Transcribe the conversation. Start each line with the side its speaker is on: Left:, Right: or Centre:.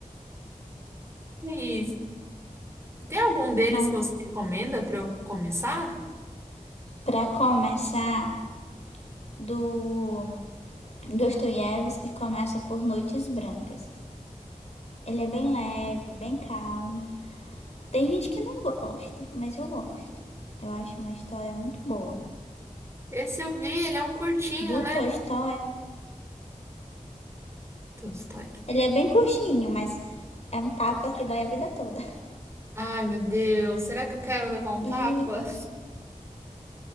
Right: E tem algum deles
Left: Mas,
Right: que você recomenda para eu começar?
Left: para começar, do Dostoiévski começa por Noites Brancas. Ele é bem leve, bem calmo. Tem gente que não gosta, mas eu gosto. Eu acho uma história muito boa.
Right: Esse eu vi, ele é um curtinho,
Left: Do
Right: né?
Left: Tolstói,
Right: Tolstói.
Left: Ele é bem curtinho, mas é um tapa que dói a vida toda.
Right: Ai, meu Deus, será que eu quero levar um
Left: E
Right: tapa?